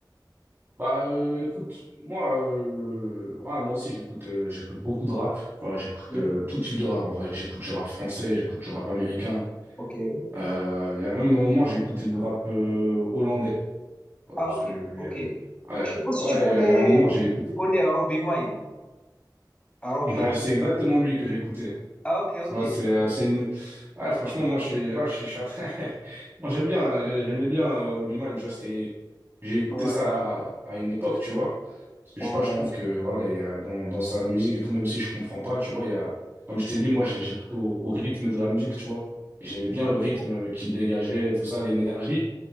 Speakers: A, on the right; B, on the left.
A: Bah, euh, écoute, moi, euh, voilà, moi aussi, j'écoute, euh, j'écoute beaucoup de rap. Tu vois, j'écoute
B: Ok.
A: euh, tout type de rap. En vrai, j'écoute du rap français, j'écoute du rap américain.
B: ok.
A: Euh, il y a même un moment, j'ai écouté du rap euh, hollandais. Ouais, Parce
B: Ah ok
A: que, il
B: ok.
A: ouais,
B: Je sais pas si
A: ouais,
B: tu connais
A: il y a, il y a un moment, j'ai écouté.
B: tu connais Robbie Mine. Arobi.
A: Bah, c'est exactement lui que j'ai écouté.
B: Ah, ok, ok.
A: Tu vois, c'est, euh, c'est une... ouais, franchement, moi, je suis, ouais, je suis, je suis- <laughs> moi, j'aime bien, hein, j'ai- j'aimais bien euh, Robbie Mann, tu vois, c'était, j'ai écouté
B: Ouais,
A: ça à, à une époque, tu vois. Parce que
B: ouais,
A: je sais pas, je trouve que, voilà, il y a dans, dans sa musique et tout, même si je comprends pas, tu vois, il y a, comme je t'ai dit, moi, j'ai- j'écoute au, au rythme de la musique, tu vois. Et j'aimais bien
B: exactement.
A: le rythme euh, qu'il dégageait, tout ça, l'énergie.